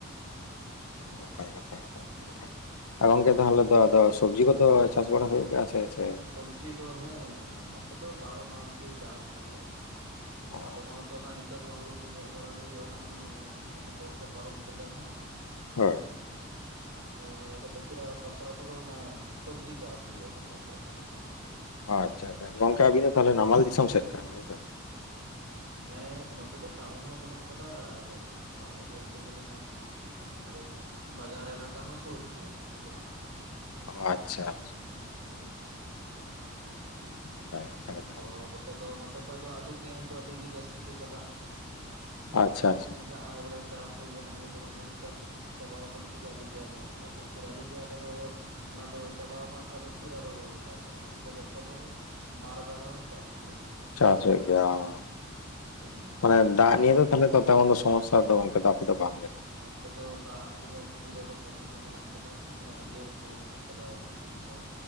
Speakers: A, on the left (about 85°); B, on the right (about 55°).
A: ᱱᱟᱯᱟᱭ ᱠᱟᱛᱷᱟ ᱜᱮ ᱛᱟᱦᱚᱞᱮ ᱜᱚᱝᱠᱮ᱾
B: ᱦᱳᱭ
A: ᱟᱨ ᱜᱚᱝᱠᱮ ᱛᱟᱦᱚᱞᱮ ᱫᱚ ᱟᱫᱚ ᱥᱚᱵᱽᱡᱤ ᱠᱚ ᱫᱚ ᱪᱟᱥ ᱵᱟᱲᱟ ᱦᱩᱭᱩᱜ ᱜᱮᱭᱟ ᱥᱮ ᱮᱭᱥᱮᱭ?
B: ᱥᱚᱵᱽᱡᱤ ᱫᱚ ᱦᱮᱸ ᱱᱚᱛᱮ ᱫᱚ ᱵᱟᱨᱚ ᱢᱟᱥ ᱜᱮ ᱪᱟᱥ ᱦᱩᱭᱩᱜᱼᱟ।
A: ᱚ
B: ᱟᱫᱚ ᱦᱚᱜᱼᱚᱭ ᱛᱚ ᱦᱟᱸᱜ ᱱᱤᱛᱚᱜ ᱦᱟᱸᱜ ᱦᱩᱲᱩ ᱠᱚ ᱜᱮᱫ ᱵᱟᱲᱟ ᱦᱩᱭᱩᱜᱼᱟ ᱦᱟᱸᱜ ᱢᱟᱱᱮ ᱦᱚᱜ-ᱚᱭ ᱛᱚ ᱵᱚᱨᱥᱟ ᱯᱟᱨᱚᱢ ᱠᱟᱛᱮᱜ ᱦᱟᱸᱜ᱾
A: ᱦᱩᱸ᱾
B: ᱦᱩᱭ ᱵᱟᱲᱟ ᱠᱟᱛᱮ ᱯᱷᱤᱨ ᱟᱨᱦᱚᱸ ᱛᱟᱨᱯᱚᱨᱮ ᱛᱚ ᱚᱱᱟ ᱥᱚᱵᱽᱡᱤ ᱪᱟᱥ ᱦᱩᱭᱩᱜᱼᱟ, ᱦᱟᱸᱜ ᱛᱟᱯ ᱯᱚᱨᱮ ᱫᱚ ᱛᱚᱠᱷᱚᱱ ᱾
A: ᱟᱪᱪᱷᱟ ᱟᱪᱪᱷᱟ, ᱜᱚᱝᱠᱮ ᱟᱹᱵᱤᱱ ᱫᱚ ᱛᱟᱦᱚᱞᱮ ᱱᱟᱢᱟᱞ ᱫᱤᱥᱚᱢ ᱥᱮᱫ ᱠᱟᱱᱟ ᱵᱤᱱ ᱦᱮᱸ ᱥᱮ?
B: ᱦᱮᱸ ᱱᱚᱛᱮ ᱫᱚ ᱴᱟᱣᱩᱱ ᱦᱚᱸ ᱢᱮᱱᱟᱜ ᱠᱟᱫᱟ ᱟᱨ ᱱᱟᱢᱟᱞ ᱦᱚᱸ ᱵᱚᱞᱛᱮ ᱜᱮ ᱞᱮ ᱦᱮᱸ᱾ ᱟᱫᱚ ᱵᱟᱡᱟᱨ ᱮᱞᱟᱠᱟ ᱦᱚᱸ ᱥᱩᱨ ᱜᱮᱭᱟ ᱵᱮᱥᱤ ᱫᱚ ᱵᱟᱝ ᱥᱟᱺᱜᱤᱧ ᱾
A: ᱚ ᱟᱪᱪᱷᱟ ᱟᱪᱪᱷᱟ᱾
B: ᱦᱩᱸ᱾
A: ᱱᱟᱯᱟᱭ ᱠᱟᱛᱷᱟ ᱜᱮ
B: ᱟᱫᱚ
A: ᱛᱟᱦᱚᱞᱮ
B: ᱱᱚᱛᱮ ᱫᱚ ᱱᱚᱛᱮ ᱠᱷᱚᱡ ᱫᱚ ᱟᱹᱞᱩ ᱯᱮᱸᱭᱟᱡᱽ ᱫᱚ ᱟᱹᱰᱤ ᱜᱮ ᱡᱟᱹᱥᱛᱤ ᱜᱮ ᱪᱟᱞᱟᱜᱼᱟ᱾
A: ᱟᱪᱪᱷᱟ
B: ᱟᱞᱩ
A: ᱟᱪᱪᱷᱟ
B: ᱯᱮᱸᱭᱟᱡᱽ <unintelligible> ᱪᱟᱥ ᱦᱩᱭᱩᱜᱼᱟ ᱦᱟᱸᱜ ᱱᱤᱭᱟᱹ ᱡᱮᱢᱚᱱ ᱦᱩᱲᱩ ᱪᱟᱥ ᱪᱟᱵᱟᱣ ᱟᱠᱟᱱ ᱥᱮ ᱟᱹᱞᱩ ᱯᱮᱸᱭᱟᱡᱽ ᱦᱚᱸ ᱮᱦᱚᱵᱚᱜ-ᱟ, ᱯᱷᱤᱨ ᱟᱹᱞᱩ ᱯᱮᱸᱭᱟᱡ ᱟᱫᱚ ᱚᱱᱟ ᱫᱚ ᱪᱟᱵᱟᱣ ᱟᱠᱟᱱ ᱥᱮ ᱟᱨᱦᱚᱸ ᱯᱷᱤᱨ ᱟᱨᱦᱚ ᱦᱩᱲᱩ ᱪᱟᱥ ᱦᱩᱭᱩᱜ-ᱟ, ᱱᱚᱛᱮ ᱫᱚ ᱵᱚᱪᱷᱚᱨ ᱨᱮ ᱵᱟᱨ ᱫᱟᱦᱟᱣ ᱪᱟᱥ ᱦᱩᱭᱩᱜᱼᱟ ᱦᱩᱲᱩ᱾
A: ᱪᱟᱥ ᱦᱩᱭᱩᱜ ᱜᱮᱭᱟ ᱚᱻ᱾
B: ᱦᱮᱸ
A: ᱢᱟᱱᱮ ᱫᱟᱜ
B: ᱟᱨ
A: ᱱᱤᱭᱟᱹ
B: ᱥᱚᱵ
A: ᱫᱚ ᱛᱟᱞᱦᱮ ᱛᱚ ᱛᱮᱢᱚᱱ ᱫᱚ ᱥᱚᱢᱚᱥᱟ ᱫᱚ ᱜᱚᱝᱠᱮ ᱫᱚ ᱟᱯᱮ ᱫᱚ ᱵᱟᱝ ᱜᱮᱛᱚ᱾
B: ᱱᱚᱛᱮ ᱫᱚ ᱫᱟᱜ ᱨᱮᱭᱟᱜ ᱥᱩᱵᱤᱫᱷᱟ ᱫᱚ ᱵᱷᱟᱹᱜᱤ ᱜᱮ ᱢᱮᱱᱟᱜ ᱠᱟᱫᱟ ᱢᱟᱱᱮ ᱤᱭᱟᱹ ᱠᱩ ᱢᱮᱱᱟᱜ ᱠᱟᱫᱟ ᱪᱮᱫ ᱠᱩ ᱢᱮᱛᱟᱜᱼᱟ᱾